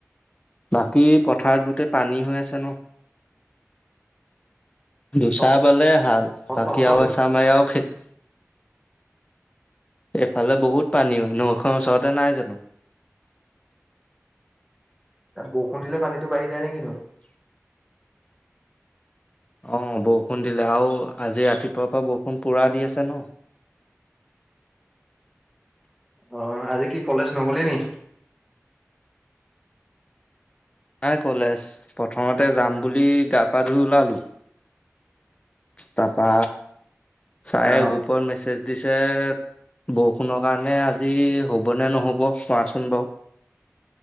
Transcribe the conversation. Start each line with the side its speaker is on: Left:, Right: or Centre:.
Left: বাকী পথাৰত গোটেই পানী হৈ আছে ন? দুচা
Centre: তহ
Left: বালে হাল, বাকী
Centre: তহঁতৰ
Left: আৰু
Centre: কি
Left: এচামাৰি আও খেত এইফালে বহুত পানী নৈখন ওচৰতে নাই জানো।
Centre: বৰষুণ দিলে। পানীতো বাঢ়ি যায় নে কিনো?
Left: অ বৰষুণ দিলে আৰু আজি ৰাতিপুৱাৰ পৰা বৰষুণ পুৰা দি আছে ন।
Centre: অ আজি কি কলেজ নগলে নি।
Left: নাই কলেজ প্ৰথমতে যাম বুলি গা পা ধুই ওলালোঁ। তাপা। চাৰে
Centre: অ
Left: গ্ৰুপত মেছেজ। দিছে বৰষুণৰ কাৰণে আজি হ'বনে নহ'ব চোৱা চোন বাৰু